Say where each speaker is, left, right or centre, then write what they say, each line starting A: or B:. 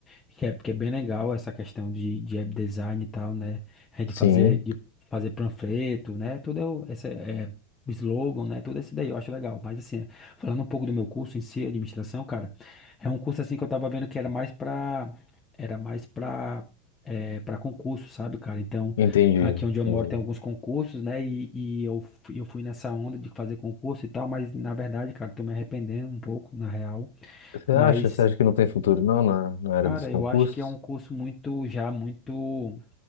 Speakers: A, on the left (about 20°); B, on the left (about 80°).
A: que, é, que é bem legal essa questão de, de web design e tal, né? É de
B: Sim,
A: fazer, de fazer panfleto, né? Tudo é, o- essa, é, o slogan, né? Tudo isso daí eu acho legal. Mas assim, falando um pouco do meu curso em si, administração, cara, é um curso assim que eu tava vendo que era mais pra, era mais pra, é, para concurso, sabe, cara? Então,
B: entendi,
A: Aqui onde eu moro
B: entendi.
A: tem alguns concursos, né? E, e eu, fui- eu fui nessa onda de fazer concurso e tal, mas na verdade, cara, tô me arrependendo um pouco, na real.
B: Você
A: Mas,
B: acha? Você acha que não tem futuro não na, na área
A: cara,
B: dos concursos?
A: eu acho que é um curso muito, já muito